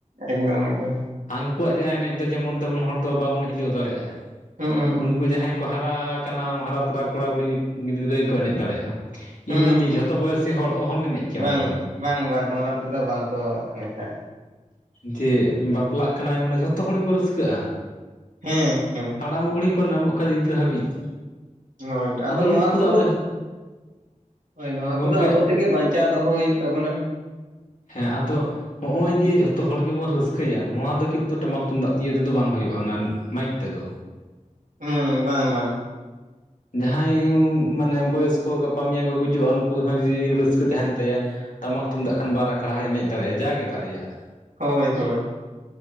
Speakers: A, on the right; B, on the left.
A: ᱮᱠᱫᱚᱢ ᱮᱠᱫᱚᱢ
B: ᱦᱟᱹᱱᱠᱩᱣᱟᱜ ᱡᱟᱦᱟᱸ ᱮᱱᱮᱡ ᱫᱚ ᱡᱮᱢᱚᱱ ᱛᱮᱢᱚᱱ ᱦᱚᱲ ᱫᱚ ᱵᱟᱵᱚᱱ ᱦᱤᱞᱟᱹᱣ ᱫᱟᱲᱮᱭᱟᱜᱼᱟ
A: ᱦᱩᱸ ᱦᱩᱸ
B: ᱩᱱᱠᱩ
A: ᱦᱩᱸ
B: ᱡᱟᱦᱟᱸᱭ ᱠᱚ ᱦᱟᱨᱟ ᱟᱠᱟᱱᱟ ᱦᱟᱨᱟ ᱛᱚᱨᱟ ᱠᱚᱲᱟ ᱠᱩᱲᱤ ᱜᱤᱫᱽᱨᱟᱹ ᱜᱮᱠᱚ ᱮᱱᱮᱡ ᱫᱟᱲᱮᱭᱟᱜᱼᱟ᱾
A: ᱦᱩᱸ
B: ᱮᱢᱱᱤ ᱡᱮ ᱡᱷᱚᱛᱚ ᱵᱚᱭᱥᱤᱤ ᱦᱚᱲ ᱚᱦᱚᱢ ᱮᱱᱮᱡ ᱠᱮᱭᱟ
A: ᱵᱟᱝ
B: ᱚᱱᱟ ᱫᱚ
A: ᱵᱟᱝ ᱵᱟᱝ ᱚᱱᱟ ᱛᱮᱫᱚ ᱵᱟᱝᱠᱚ ᱮᱱᱮᱡ ᱫᱟᱲᱮᱭᱟᱜᱼᱟ
B: ᱡᱮ ᱵᱟᱯᱞᱟᱜ ᱠᱟᱱᱟᱭ ᱢᱟᱱᱮ ᱡᱷᱚᱛᱚ ᱦᱚᱲ ᱜᱮᱠᱚ ᱨᱟᱹᱥᱠᱟᱹᱜᱼᱟ
A: ᱦᱮᱸ ᱦᱮᱸ
B: ᱦᱟᱲᱟᱢ ᱵᱩᱲᱦᱤ ᱠᱚ ᱟᱢᱚᱜ ᱠᱟᱱ ᱠᱟᱱᱟ ᱜᱤᱫᱽᱨᱟᱹ ᱦᱟᱹᱵᱤᱡ
A: ᱦᱳᱭ ᱟᱫᱚ ᱱᱚᱣᱟ
B: ᱩᱱᱠᱩ
A: ᱠᱚᱫᱚ
B: ᱫᱚ ᱟᱫᱚ
A: ᱦᱳᱭ ᱱᱚᱣᱟ
B: ᱜᱚᱢᱠᱮ
A: ᱠᱚᱫᱚ ᱟᱵᱚ ᱛᱮᱜᱮ ᱵᱟᱧᱪᱟᱣ ᱫᱚᱦᱚ ᱦᱩᱭᱩᱜ ᱛᱟᱵᱚᱱᱟ
B: ᱦᱮᱸ ᱟᱫᱚ ᱦᱚᱜᱼᱚᱭ ᱡᱮ ᱡᱷᱚᱛᱚ ᱦᱚᱲ ᱜᱮᱵᱚᱱ ᱨᱟᱹᱥᱠᱟᱹᱭᱟ ᱱᱚᱣᱟ ᱫᱚ ᱠᱤᱱᱛᱩ ᱴᱟᱢᱟᱠ ᱛᱩᱢᱫᱟᱜ ᱤᱭᱟᱹᱮ ᱛᱮᱫᱚ ᱵᱟᱝ ᱦᱩᱭᱩᱜᱼᱟ᱾ ᱚᱱᱟ ᱢᱟᱭᱤᱠ ᱛᱮᱫᱚ
A: ᱦᱩᱸ ᱵᱟᱝ ᱵᱟᱝ
B: ᱡᱟᱦᱟᱸᱭ ᱢᱟᱱᱮ ᱵᱚᱭᱚᱥ ᱠᱚ ᱜᱟᱯᱟ ᱢᱮᱭᱟᱝ ᱠᱚ ᱜᱩᱡᱩᱜᱼᱟ, ᱩᱱᱠᱩ ᱦᱚᱸ ᱡᱩᱫᱤ ᱨᱟᱹᱥᱠᱟᱹ ᱛᱟᱦᱮᱱ ᱛᱟᱭᱟ ᱴᱟᱢᱟᱠ ᱛᱩᱢᱫᱟᱜ ᱠᱷᱟᱱ ᱵᱟᱨ ᱟᱠᱷᱲᱟ ᱦᱚᱸᱭ ᱮᱱᱮᱡ ᱫᱟᱲᱮᱭᱟᱜᱼᱟ ᱡᱟᱜᱮ ᱫᱟᱲᱭᱟᱜᱼᱟ
A: ᱦᱳᱭ ᱦᱳᱭ